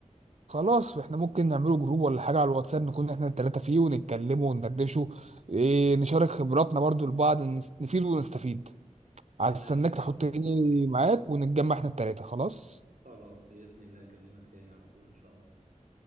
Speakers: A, on the right; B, on the right.
A: خلاص احنا ممكن نعمله جروب ولا حاجه على الواتساب نكون احنا التلاته فيه ونتكلموا وندردشوا إيه، نشارك خبراتنا برضو لبعض نس- نفيد ونستفيد هستناك
B: تمام يا صاحبي
A: تحطني
B: ان شاء الله
A: معاك ونتجمع احنا التلاتة خلاص
B: خلاص بإذن الله اكلمك تاني على طول ان شاء الله